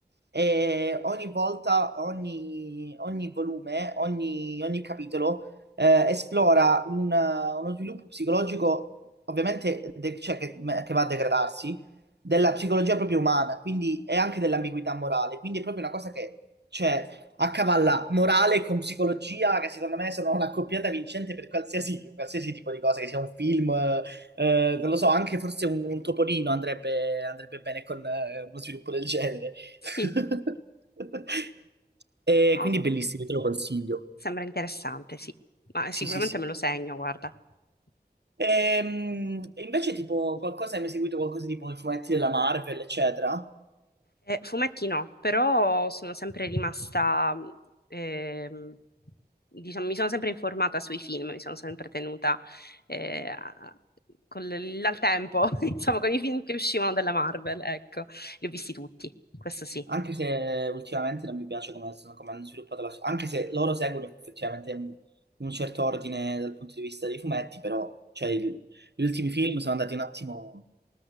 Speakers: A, on the right (about 80°); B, on the left (about 65°).
A: e ogni volta, ogni, ogni volume, ogni, ogni capitolo eh, esplora un, eh, uno sviluppo psicologico, ovviamente, de- cioè che, che va a degradarsi, della psicologia proprio umana, quindi e anche dell'ambiguità morale. Quindi è proprio una cosa che cioè, accavalla morale con psicologia, che secondo me sono una coppiata vincente per qualsiasi, qualsiasi tipo di cosa, che sia un film, eh, eh, non lo so, anche forse un, un topolino andrebbe, andrebbe bene con eh, uno sviluppo del genere. <laughs>
B: Sì,
A: E
B: no.
A: quindi bellissimi, te lo consiglio.
B: Sembra interessante, sì, ma
A: Sì,
B: sicuramente
A: sì, sì.
B: me lo segno, guarda.
A: Ehm, E, invece, tipo, qualcosa hai mai seguito qualcosa tipo i fumetti della Marvel, eccetera?
B: Eh, fumetti no, però sono sempre rimasta, ehm, diciamo, mi sono sempre informata sui film, mi sono sempre tenuta eh, a- con l- al tempo, <laughs> insomma, con i film che uscivano dalla Marvel, ecco, li ho visti tutti, questo sì,
A: Anche se ultimamente non mi piace come, sono- come hanno sviluppato la. Anche se loro seguono effettivamente un, un certo ordine dal punto di vista dei fumetti, però cioè, il- gli ultimi film sono andati un attimo.